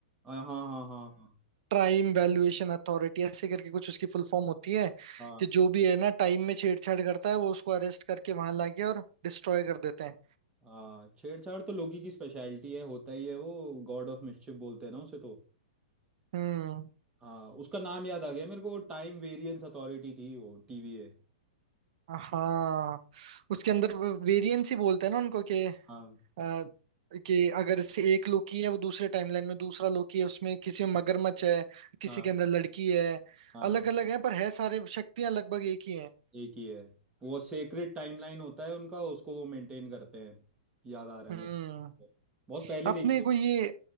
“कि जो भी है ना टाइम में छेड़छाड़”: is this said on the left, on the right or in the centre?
Right